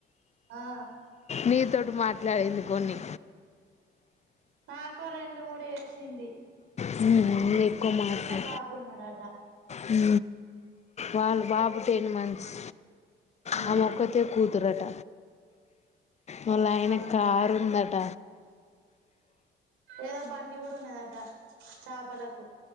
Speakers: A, on the right; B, on the left.
A: ఆ
B: మీ తోటి మాట్ ఎట్లా అయింది కొని
A: నాకో రెండు మూడు చేసింది
B: హు మీకు మాట్లా
A: బాబు ఉన్నాడట
B: హు వాళ్ళు బాబుకు టెన్ మంత్స్
A: ఉమ్
B: వాళ్ళ అక్కకే కూతురు అంట వాళ్ల ఆయనకు
A: ఆహా
B: కార్ ఉందంట
A: ఏదో బండి కూడా ఉన్నదంట చేపల కో